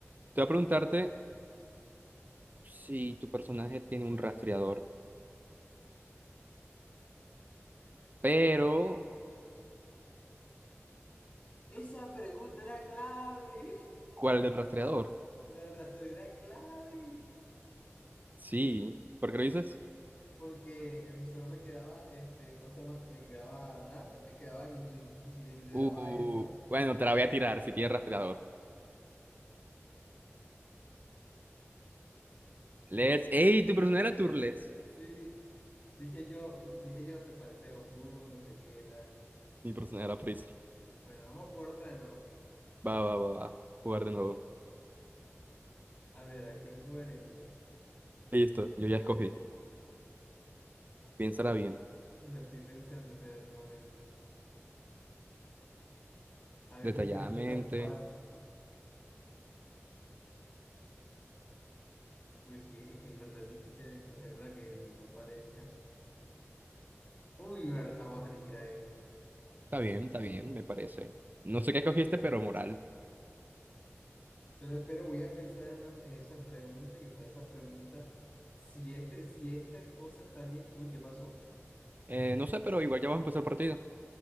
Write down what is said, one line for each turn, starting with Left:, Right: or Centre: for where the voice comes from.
Right: Te voy a preguntarte si tu personaje tiene un rastreador, pero
Left: Esa pregunta era clave.
Right: ¿cuál es el rastreador?
Left: La del rastreo era clave.
Right: Sí, ¿por qué lo dices?
Left: Porque em, solo me quedaba, este, ¿cómo se llama? Me quedaba Napa y me quedaba Guinyu. Y si le, le
Right: Uh,
Left: daba a esa,
Right: bueno, te la voy a tirar si tiene rastreador. Let's. ¡Ey! Tu personaje era Turles.
Left: sí. Dije yo, dije yo, se parece a Goku, no sé qué tal.
Right: Mi personaje era Freezer.
Left: Bueno, vamos a jugar otra de nuevo.
Right: Va, va, va, va. Jugar de nuevo.
Left: A ver, ¿a quién puedo elegir?
Right: Listo, yo ya escogí. Piénsala bien,
Left: Lo estoy pensando, espérate un momento. A ver,
Right: detalladamente.
Left: una que no sea tan fácil. Uy, es que, es que en verdad es difícil escoger una que no parezca. Uy, ver- vamos a elegir a este.
Right: Está bien, está bien, me parece. No sé qué cogiste, pero moral.
Left: Solo espero, voy a pensar en, una, en esa pregunta y ojalá esa pregunta, si, este, si esta cosa está bien. Uy, ¿qué pasó?
Right: Eh, no sé, pero igual ya vas a empezar partida.